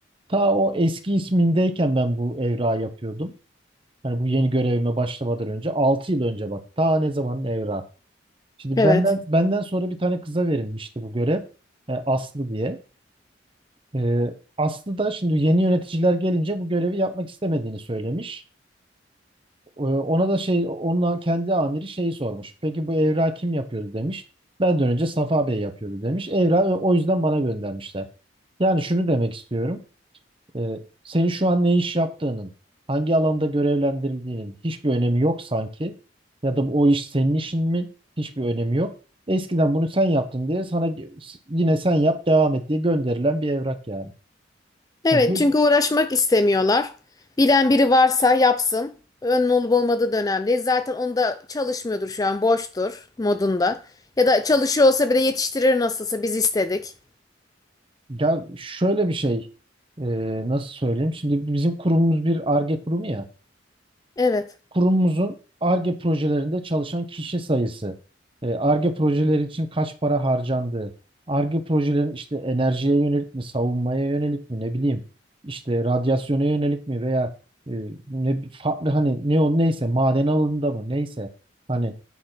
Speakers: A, on the right (about 25°); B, on the left (about 20°).
A: Ta o eski ismindeyken ben bu evrağı yapıyordum. Hani bu yeni görevime başlamadan önce 6 yıl önce bak. Ta ne zamanın evrağı. Şimdi
B: Evet.
A: benden benden sonra bir tane kıza verilmişti bu görev. e, Aslı diye. Ee, Aslı da şimdi yeni yöneticiler gelince bu görevi yapmak istemediğini söylemiş. Ee, ona da şey, onun kendi amiri şeyi sormuş. Peki bu evrağı kim yapıyordu demiş. Benden önce Safa Bey yapıyordu demiş. Evrağı o o yüzden bana göndermişler. Yani şunu demek istiyorum. Ee, senin şu an ne iş yaptığının, hangi alanda görevlendirildiğinin hiçbir önemi yok sanki. Ya da o iş senin işin mi? Hiçbir önemi yok. Eskiden bunu sen yaptın diye sana yine sen yap devam et diye gönderilen bir evrak yani.
B: Evet
A: Yani bu-
B: çünkü uğraşmak istemiyorlar. Bilen biri varsa yapsın. Önün olup olmadığı da önemli değil. Zaten onu da çalışmıyordur şu an boştur modunda. Ya da çalışıyor olsa bile yetiştirir nasılsa biz istedik.
A: Ya şöyle bir şey e, nasıl söyleyeyim? Şimdi bizim kurumumuz bir Ar-Ge kurumu ya.
B: Evet.
A: Kurumumuzun Ar-Ge projelerinde çalışan kişi sayısı, e, Ar-Ge projeleri için kaç para harcandığı, Ar-Ge projelerin işte enerjiye yönelik mi, savunmaya yönelik mi, ne bileyim işte radyasyona yönelik mi veya e, ne farklı hani ne o neyse maden alanında mı neyse hani